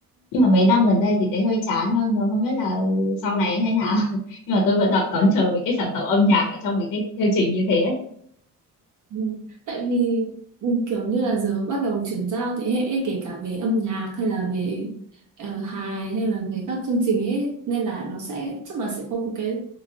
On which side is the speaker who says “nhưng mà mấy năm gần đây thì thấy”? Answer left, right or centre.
Left